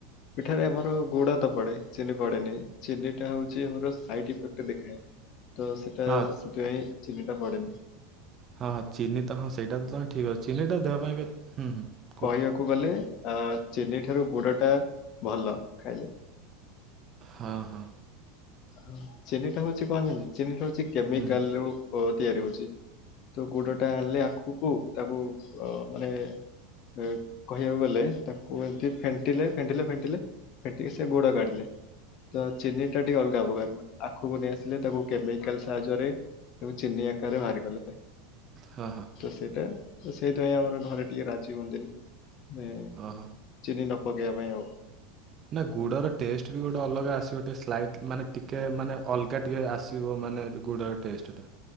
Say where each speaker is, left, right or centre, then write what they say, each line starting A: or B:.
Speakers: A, on the left; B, on the right.
A: ପିଠାରେ ଆମର ଗୁଡା ତ ପଡେ ଚନି ପଡେ ନି ଚିନିଟା ହଉଚି ଆମର ସାଇଡଇଫେକ୍ଟ୍ ଦେଖାଏ ତ ସେଟା
B: ହଁ।
A: ସେଥିପାଇଁ ଚିନିଟା ପଡ଼େନି।
B: ହଁ-ହଁ ଚିନି ତ ହଁ ସେଇଟା ତ ତମେ ଠିକ୍ ଅଛି ଚିନିଟା ଦେହ ପାଇଁ ବି ହୁଁ-ହୁଁ।
A: କହିଆକୁ ଗଲେ ଆ ଚିନି ଠାରୁ ଗୁଡ ଟା ଭଲ ଖାଇଲେ।
B: ହଁ-ହଁ
A: ହ ଚିନିଟା ହଉଚି କହନ୍ତିନି ଚିନି ହଉଚି କେମିକାଲ୍
B: ହୁଁ ହୁଁ
A: ରୁ ଅ ତିଆରି ହଉଚି। ତୋ ଗୁଡ଼ଟା ହେଲେ ଆଖୁକୁ - ତାକୁ ଅ ମାନେ ଏ କହିଆକୁ ଗଲେ ତାକୁ ଏମ୍ତି ଫେଣ୍ଟିଲେ ଫେଣ୍ଟିଲେ ଫେଣ୍ଟିଲେ ଫେଣ୍ଟିକି ସେ ଗୁଡ କାଢିଲେ। ତ ଚିନି ଟା ଟିକେ ଅଲ୍ଗା ପକାର ଆଖୁକୁ ନେଇ ଆସିଲେ ତାକୁ କେମିକାଲ୍ ସାହାଯ୍ୟରେ ତାକୁ ଚିନି ଆକାରରେ ବାହାର କଲେ
B: ହଁ ହଁ
A: ତ ସେଟା ସେଇଟା ଆମର ଘରେ ଟିକେ ରାଜି ହୁଅନ୍ତିନି ନାଇ।
B: ଅହ।
A: ଚିନି ନ ପକେଇଆ ପାଇଁ ଆଉ।
B: ନା ଗୁଡ଼ର ଟେଷ୍ଟ ବି ଗୋଟେ ଅଲଗା ଆସିବ ଗୋଟେ ସ୍ଲାଇଟ୍ ମାନେ ଟିକେ ମାନେ ଅଲ୍ଗା ଟିକେ ଆସ୍ ତିବ ମାନେ ଗୁଡର ଟେଷ୍ଟଟା